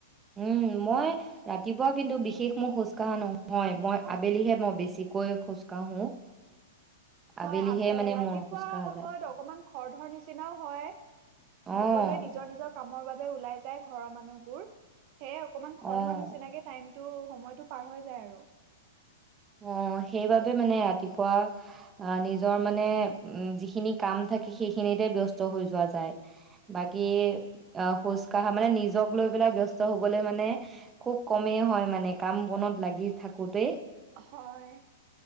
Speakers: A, on the right (about 20°); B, on the right (about 45°).
A: উম, মই ৰাতিপুৱা কিন্তু বিশেষ মোৰ খোজ কঢ়া নহয় মই আবেলিহে মই বেছিকৈ খোজ কাঢ়ো।
B: হয়
A: আবেলিহে
B: আব
A: মানে
B: ৰাতিপুৱা
A: মোৰ খোজ কাঢ়া
B: সময়ত
A: যায়।
B: অকমান খৰ ধৰ নিচিনাও হয়
A: অ',
B: সকলোৱে নিজৰ নিজৰ কামৰ বাবে ওলাই যায় ঘৰৰ মানুহবোৰ। সে অকমান
A: অ',
B: খৰধৰ নিচিনাকে টাইম টো সময়তটো পাৰ হৈ যায় আৰু।
A: অ', সেইবাবে মানে ৰাতিপুৱা অ', নিজৰ মানে যিখিনি কাম থাকে সেইখিনিতে ব্যস্ত হৈ যোৱা যায় বাকী খোজ কঢ়া মানে নিজক লৈ পেলাই ব্যস্ত হ'বলৈ মানে খুব কমেই হয় মানে কাম বনত লাগি থাকোতেই
B: হয়।